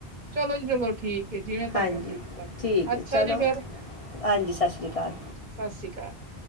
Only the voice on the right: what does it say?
ਚਲੋ ਜੀ ਚਲੋ ਠੀਕ ਜਿਵੇਂ ਤੁਹਾਨੂੰ
ਠੀਕ ਲੱਗੇ,
ਅੱਛਾ
ਜੀ ਫੇਰ,
ਸਤਿ ਸ੍ਰੀ ਅਕਾਲ।